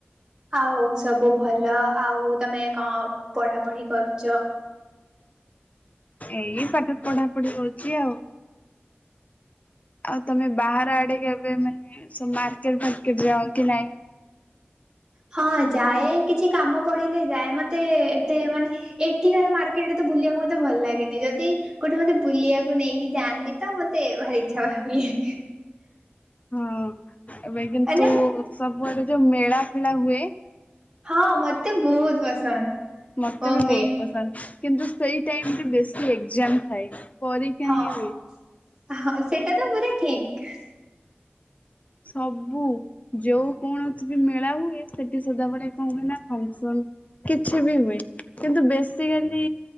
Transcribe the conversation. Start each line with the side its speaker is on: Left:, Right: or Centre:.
Right: ଆଉ ସବୁ ଭଲ। ଆଉ ତମେ କଣ ପଢ଼ା ପଢ଼ି କରୁଛ?
Left: ଏଇ ପାଠ ପଢାପଢି ହଉଛିି ଆଉ। ଆଉ ତମେ ବାହାର ଆଡେ କେବେ ମାନେ ସେ ମାର୍କେଟ ଫାର୍କେଟ ଯାଅ କି ନାଇଁ?
Right: ହଁ ଯାଏ କିଛି କାମ ପଡିଲେ ଯାଏ। ମତେ ଏତେ ମାନେ ଏଠିକାର ମାର୍କେଟ ରେ ତ ବୁଲିବାକୁ ମତେ ଭଲ ଲାଗେନି ଯଦି କୋଉଠେ ମତେ ବୁଲିବାକୁ ନେଇକି ଯାଆନ୍ତି ତ ମତେ ଭାରି ଇଚ୍ଛା ହୁଏ ବୁଲିବାକୁ।
Left: ହଁ ଏବେ କିନ୍ତୁ
Right: ମାନେ
Left: ସବୁଆଡେ ଯୋଉ ମେଳା ଫେଳା ହୁଏ।
Right: ହଁ ମତେ ବହୁତ ପସନ୍ଦ।
Left: ମତେ
Right: ଓ
Left: ବି
Right: ମେ
Left: ବହୁତ ପସନ୍ଦ, କିନ୍ତୁ ସେ ଟାଇମରେ ବେଶୀ ଏକ୍ଜାମ ଥାଏ। ପରୀକ୍ଷା
Right: ହଁ
Left: ହିଁ ହୁଏ।
Right: ହଁ ସେଇଟା ତ ପୁରା ଠିକ।
Left: ସବୁ। ଯୋଉ କୌଣସି ବି ମେଳା ହୁଏ ସେଠି ସଦାବେଳେ କଣ ହୁଏ ନା ଫଙ୍କସନ। କିଛି ବି ହୁଏ କିନ୍ତୁ ବେସିକାଲି